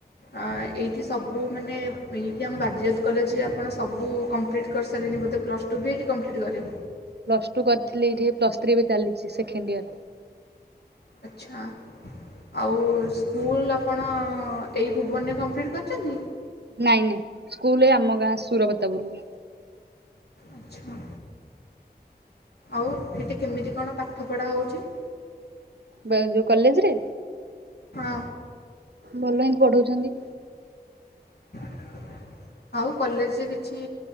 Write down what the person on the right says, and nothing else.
ପ୍ଲସ୍ ଟୁ କରିଥିଲି ଏଇଠି। ପ୍ଲସ୍ ଥ୍ରୀ ଏବେ ଚାଲିଛି ସେକେଣ୍ଡ ଇୟର।
ନାଇଁ ନାଇଁ, ସ୍କୁଲ ଆମ ଗାଁ ସୁରପତାପୁର।
ବାଜ୍ ଯୋଉ କଲେଜରେ।
ଭଲ ହିଁ ପଢଉଛନ୍ତି।